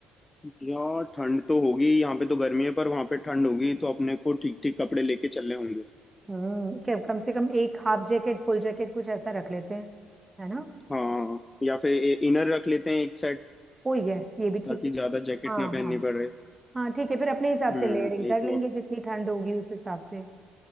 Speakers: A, on the left (about 20°); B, on the right (about 20°).
A: यार ठंड तो होगी यहाँ पे तो गर्मी है पर वहां पे ठंड होगी तो अपने को ठीक ठीक कपड़े लेके चलने होंगे
B: हम्म क्या- कम से कम एक हाफ जैकेट फुल जैकेट कुछ ऐसा रख लेते हैं है ना
A: हाँ या फिर इनर रख लेते हैं एक सेट
B: ओ यस ये भी ठीक
A: ताकि
B: है
A: ज्यादा जैकेट
B: हाँ
A: ना
B: हाँ
A: पहननी पड़े
B: हाँ ठीक है फिर अपने हिसाब
A: हम्म
B: से लेयरिंग कर
A: एक
B: लेंगे जितनी ठंड होगी उस हिसाब से